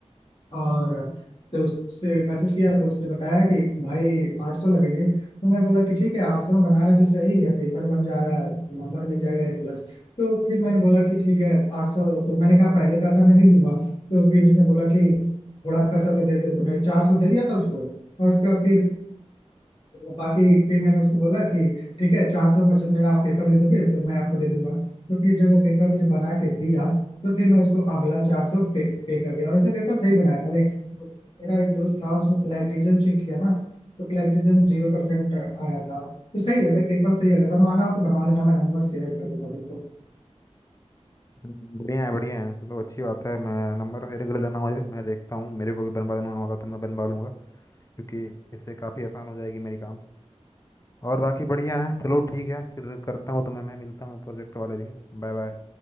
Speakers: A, on the left; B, on the left.
A: और तो उससे मैसेज किया तो उसने बताया कि भाई आठ सौ लगेंगे तो मैं बोला कि ठीक है आठ सौ में बना रहा है तो सही है पेपर बन जा रहा है नंबर मिल जाएगा ए प्लस तो फिर मैंने बोला कि ठीक है आठ सौ तो मैंने कहा पहले पैसा मैं नहीं दूंगा तो फिर उसने बोला कि थोड़ा पैसा तो दे दो तो मैंने चार सौ दे दिया था उसको और उसके बाद फिर तो बाकी फिर मैंने उसको बोला कि ठीक है चार सौ में जब मेरा आप पेपर दे दोगे तो मैं आपको दे दूंगा तो फिर जब वो पेपर मुझे बना के दिया तो फिर मैं उसको अगला चार सौ पे, पे कर दिया और उसने पेपर सही बनाया था लेकिन मेरा एक दोस्त था उसने प्लेगरिज्म चेक किया ना तो प्लेगरिज्म जीरो परसेंट आया था तो सही है भाई पेपर सही है, अगर बनवाना हो तो बनवा लेना मैं नंबर शेयर कर दूंगा तुमको।
B: हम्म, बढ़िया है बढ़िया है चलो अच्छी बात है मैं नंबर तेरे घर जाना मुझे मैं देखता हूँ मेरे को भी बनवाना होगा तो मैं बनवा लूँगा क्योंकि इससे काफ़ी आसान हो जाएगी मेरी काम और बाकी बढ़िया है चलो ठीक है फिर करता हूँ तुम्हें मैं मिलता हूँ प्रोजेक्ट वाले दिन Bye bye